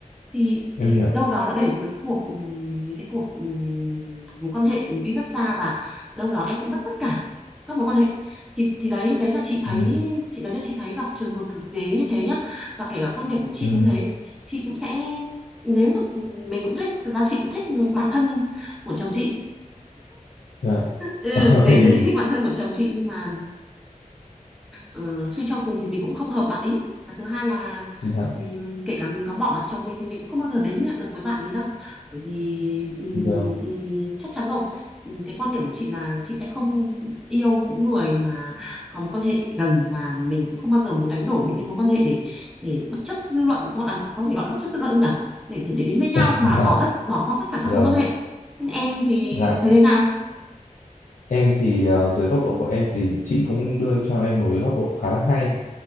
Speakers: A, in the centre; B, on the left.
A: thì
B: em
A: thì
B: hiểu
A: đâu đó đã để cái cuộc ừm, cái cuộc ừm, mối quan hệ đi rất xa và đâu đó em sẽ mất tất cả các mối quan hệ thì thì đấy đấy là chị thấy
B: ừ
A: chị đấy là chị thấy gặp trường hợp thực tế như thế nhá và kể cả quan điểm của chị
B: ừ
A: cũng thế chị cũng sẽ nếu mà mình cũng thích thật ra chị cũng thích bạn thân của chồng chị
B: dạ
A: ừ
B: <laughs>
A: ngày
B: ôi
A: xưa chị thích bạn thân của chồng chị nhưng mà Ờ, suy cho cùng thì mình cũng không hợp bạn ý và thứ hai là
B: dạ
A: ừm, kể cả mình có bỏ bạn chồng mình thì mình cũng không bao giờ đến nhận được với bạn ý đâu bởi vì ừm,
B: vâng
A: ừm, chắc chắn rồi Ừm, cái quan điểm của chị là chị sẽ không yêu những người mà có mối quan hệ gần và mình cũng không bao giờ muốn đánh đổi những cái mối quan hệ để để bất chấp dư luận gọi là có thể gọi là bất chấp dư luận không nhỉ để thể để đến với nhau
B: <laughs>
A: mà bỏ tất bỏ qua tất cả các
B: vâng
A: mối quan hệ nên em thì
B: dạ
A: thấy thế nào
B: em thì ờ, dưới góc độ của em thì chị cũng đưa cho em một cái góc độ khá là hay